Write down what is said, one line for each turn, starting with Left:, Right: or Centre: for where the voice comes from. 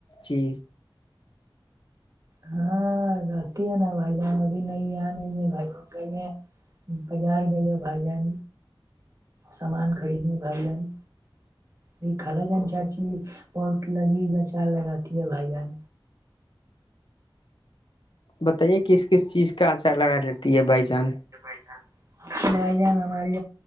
Left: جی
Right: ہاں رہتی ہے نا بھائی جان ابھی نہیں یہاں نہیں ہے بھائی جان کہیں ہیں بازار گائیے بائی جان سامان خریدنا بائی جان یہ کال جان چاچی پٹ لگی ج چار لگاتی ہے بھائی جان
Left: بتائیے کس کس چیز کا آچار لگا لیتی ہے بائی جان
Right: وہ خ جان ہماری